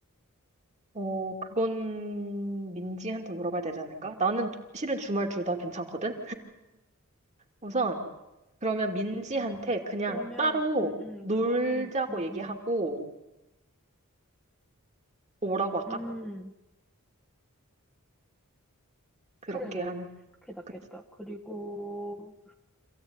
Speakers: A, on the right; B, in the centre.
A: 어, 그건 민지한테 물어봐야 되지 않을까? 나는 실은 주말 둘 다 괜찮거든? 우선 그러면 민지한테
B: 음,
A: 그냥
B: 그러면,
A: 따로
B: 음, 음,
A: 놀자고
B: 그거는, 음,
A: 얘기하고
B: 음.
A: 오라고 할까?
B: 음.
A: 그렇게
B: 그래, 그래.
A: 하는.
B: 그게 낫겠다.
A: 그치,
B: 그리고